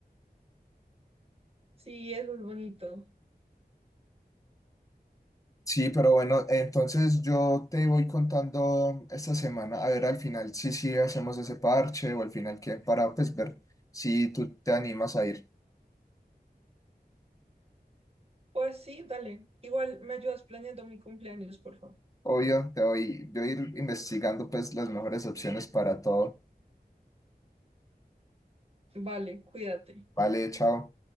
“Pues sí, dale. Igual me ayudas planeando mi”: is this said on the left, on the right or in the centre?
Right